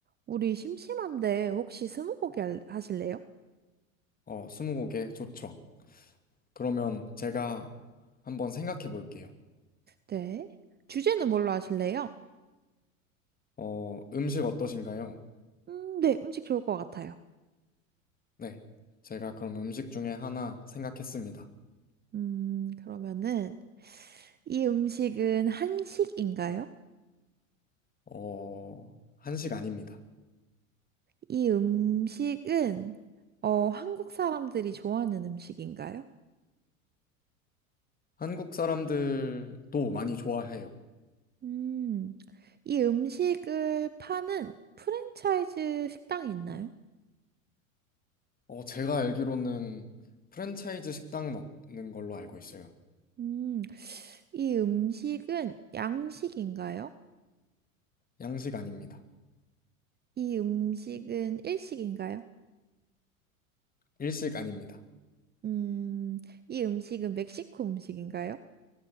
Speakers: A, on the right (about 25°); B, on the left (about 20°).
A: 우리 심심한데 혹시 스무고개 할- 하실래요?
B: 어, 스무고개 좋죠. 그러면 제가 한번 생각해 볼게요.
A: 네. 주제는 뭘로 하실래요?
B: 어, 음식 어떠신가요?
A: 음, 네, 음식 좋을 것 같아요.
B: 네. 제가 그럼 음식 중에 하나 생각했습니다.
A: 음, 그러면은 이 음식은 한식인가요?
B: 어, 한식 아닙니다.
A: 이 음식은 어, 한국 사람들이 좋아하는 음식인가요?
B: 한국 사람들도 많이 좋아해요.
A: 음, 이 음식을 파는 프랜차이즈 식당이 있나요?
B: 어, 제가 알기로는 프랜차이즈 식당은 없는 걸로 알고 있어요.
A: 음, 이 음식은 양식인가요?
B: 양식 아닙니다.
A: 이 음식은 일식인가요?
B: 일식 아닙니다.
A: 음, 이 음식은 멕시코 음식인가요?